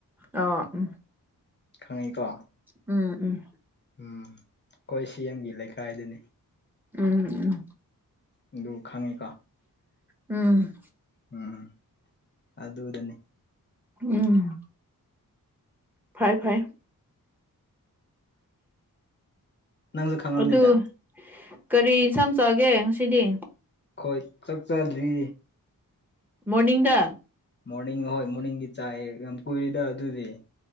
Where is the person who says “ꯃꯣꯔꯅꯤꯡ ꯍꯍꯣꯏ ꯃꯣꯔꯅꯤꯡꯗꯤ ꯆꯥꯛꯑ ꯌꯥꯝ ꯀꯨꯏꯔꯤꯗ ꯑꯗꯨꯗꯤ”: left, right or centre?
Left